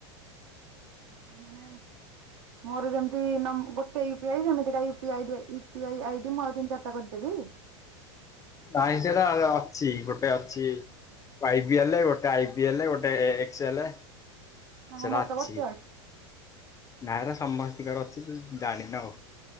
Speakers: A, on the right; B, on the left.
A: ମୁଁ ମାନେ ମୋର ଯେମତି ନ ଗୋଟେ ୟୁପିଆଇ ସେମିତି କା U U P ID U P I ID ମୁଁ ଆଉ ତିନ ଚାରିଟା କରିଦବି।
B: ନାଇଁ ସେଟା ଅଲ ଅଛି ଗୋଟେ ଅଛି। ଆବିଏଲ ଗୋଟେ ଆଇ ପିଏଲ ଗୋଟେ ଏକ୍ସେଏଲେ।
A: ନା
B: ସେଟା
A: ମୋର ତ
B: ଅଛି।
A: ଗୋଟେ
B: ନାଇଁ ଏଗୁରା ସମସ୍ତିକର ଅଛି ତୁ ଜାଣିନୁ ଆଉ।